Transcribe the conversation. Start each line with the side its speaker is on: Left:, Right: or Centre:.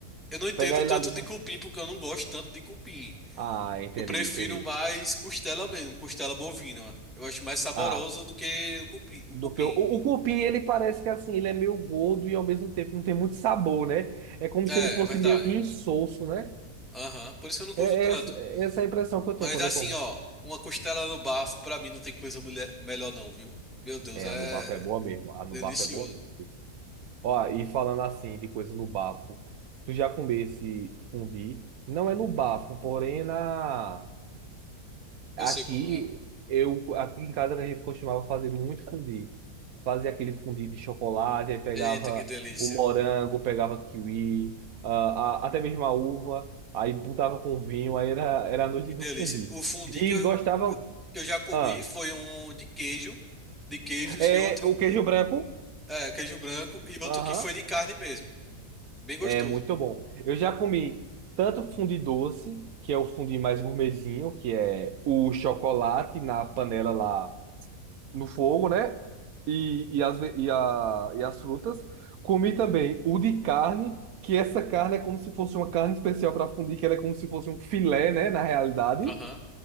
Centre: Eu não entendo
Right: Pegar ele
Centre: tanto
Right: ali na.
Centre: de cupim, porque eu não gosto tanto de cupim.
Right: Ah, entendi,
Centre: Eu prefiro
Right: entendi.
Centre: mais costela mesmo, costela bovina. Eu acho mais saboroso
Right: Ah,
Centre: do que o cupi- o
Right: do
Centre: cupim.
Right: que o, o cupim, ele parece que assim, ele é meio gordo e ao mesmo tempo não tem muito sabor, né? É como
Centre: É,
Right: se ele fosse
Centre: é verdade.
Right: meio que insosso, né?
Centre: Aham, Por isso que eu não curto
Right: É, é
Centre: tanto.
Right: essa é essa a impressão que eu tenho
Centre: Mas
Right: quando
Centre: assim,
Right: eu como.
Centre: ó, uma costela no bafo, pra mim não tem coisa mulher- melhor não, viu? Meu Deus,
Right: É,
Centre: é
Right: a no bafo é boa mesmo. A no
Centre: delicioso.
Right: bafo é boa mesmo. Ó, e falando assim de coisa no bafo, tu já comesse fundi? Não é no bafo, porém é na
Centre: Eu
Right: aqui
Centre: sei como é.
Right: eu aqui em casa a gente costumava fazer muito fundi. Fazia aquele fundi de chocolate, aí pegava
Centre: Eita, que delícia,
Right: o morango, pegava kiwi, ah, a- até mesmo a uva, aí botava com vinho, aí era era a noite
Centre: que
Right: do
Centre: delícia.
Right: fundi.
Centre: O fundi
Right: E
Centre: que eu,
Right: gostava,
Centre: que eu já comi
Right: ah,
Centre: foi um de queijo, de queijos
Right: é
Centre: e outro,
Right: o queijo branco?
Centre: é, queijo branco e outro
Right: Aham.
Centre: que foi de carne mesmo. Bem gostoso.
Right: É muito bom. Eu já comi tanto fundi doce, que é o fundi mais gourmetzinho, que é o chocolate na panela lá no fogo, né? E, e, as, ve- e, a, e as frutas. Comi também o de carne, que essa carne é como se fosse uma carne especial para fundir, que ela é como se fosse um filé, né? Na realidade,
Centre: Aham,